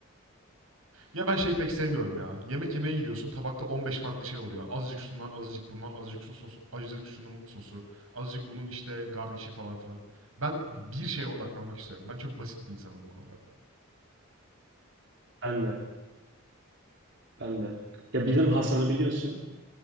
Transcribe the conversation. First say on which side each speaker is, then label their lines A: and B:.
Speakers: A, on the right; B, on the right.
A: Ya ben şeyi pek sevmiyorum ya. Yemek yemeye gidiyorsun, tabakta 15 farklı şey oluyor. Azıcık şundan, azıcık bundan, azıcık su sosu, azıcık şunun sosu, azıcık bunun işte garnişi falan filan. Ben bir şeye odaklanmak istiyorum. Ben çok basit bir insanım bu konuda.
B: Ben de, ben de. Ya bizim Hasan'ı biliyorsun.